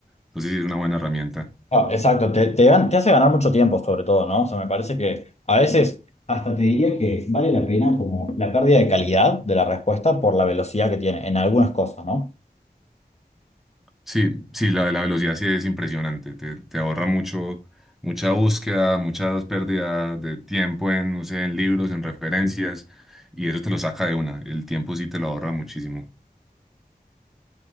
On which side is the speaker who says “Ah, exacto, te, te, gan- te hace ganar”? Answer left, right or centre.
Left